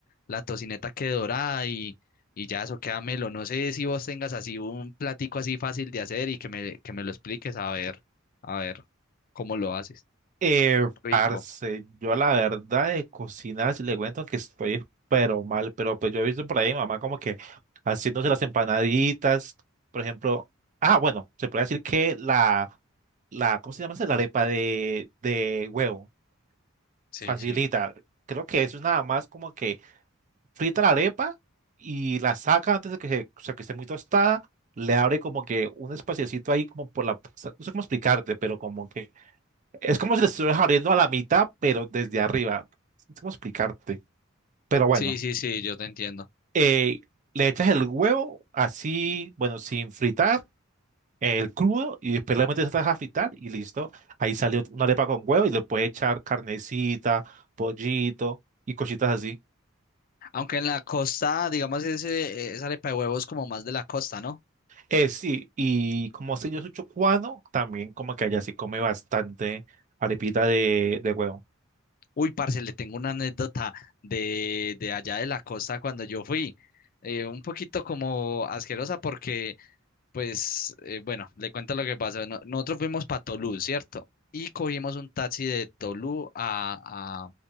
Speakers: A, on the left; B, on the right.
A: la tocineta que dorada y, y ya eso queda melo. No sé si vos tengas así un platico así fácil de hacer y que me, que me lo expliques a ver, a ver cómo lo haces.
B: Eh,
A: Rico.
B: parce, yo la verdad de cocinar, si le cuento que estoy pero mal, pero pues yo he visto por ahí mamá como que haciéndose las empanaditas, por ejemplo, ah, bueno, se puede decir que la, la, ¿cómo se llama esa? La arepa de, de huevo,
A: Sí,
B: facilita,
A: sí.
B: creo que eso es nada más como que frita la arepa y la saca antes de que, se, o sea, que esté muy tostada, le abre como que un espaciecito ahí como por la, no sé cómo explicarte, pero como que es como si le estuvieras abriendo a la mitad, pero desde arriba. No sé cómo explicarte. Pero bueno,
A: Sí, sí, sí, yo te entiendo.
B: eh, le echas el huevo así, bueno, sin fritar, eh, el crudo, y después le metes atrás a fritar y listo. Ahí salió una arepa con huevo y le puedes echar carnecita, pollito y cositas así.
A: Aunque en la costa, digamos, ese, esa arepa de huevos como más de la costa, ¿no?
B: Eh, sí, y como sé yo soy chocuano, también como que allá se come bastante arepita de, de huevo.
A: Uy, parce, le tengo una anécdota de, de allá de la costa cuando yo fui. Eh, un poquito como asquerosa porque pues eh, bueno, le cuento lo que pasó. No- nosotros fuimos para Tolú, ¿cierto? Y cogimos un taxi de Tolú a,